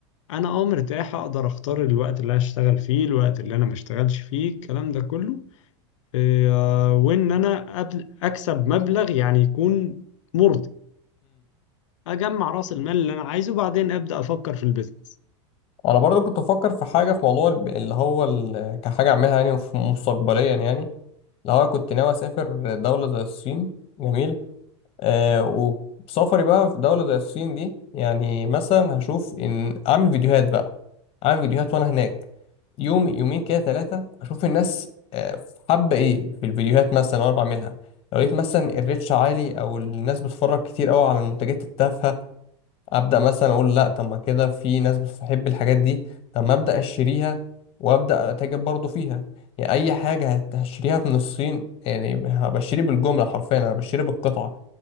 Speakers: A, on the left; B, on the left.
A: انا اه مرتاح اقدر اختار الوقت اللي هشتغل فيه الوقت اللي انا ما اشتغلش فيه الكلام ده كله إيه، آه، وان انا أبل- اكسب مبلغ يعني يكون مرضي اجمع راس المال اللي انا عايزه وبعدين ابدا افكر في البيزنس
B: انا برضو كنت بفكر في حاجه في موضوع الب- اللي هو ال- كحاجه اعملها يعني في- مستقبليا يعني اللي هو كنت ناوي اسافر دوله زي الصين جميل آه وسفري بقى في دوله زي الصين دي يعني مثلا هشوف ان اعمل فيديوهات بقى اعمل فيديوهات وانا هناك يوم يومين كده ثلاثه اشوف الناس آه، حابه ايه في الفيديوهات مثلا وانا بعملها لو لقيت مثلا الريتش عالي او الناس بتتفرج كتير قوي على المنتجات التافهه ابدا مثلا اقول لا طب ما كده في ناس بتحب الحاجات دي طب ما ابدا اشتريها وابدا اتاجر برضو فيها يعني اي حاجه هت- هشتريها من الصين يعني بشتري بالجمله حرفيا انا بشتري بالقطعه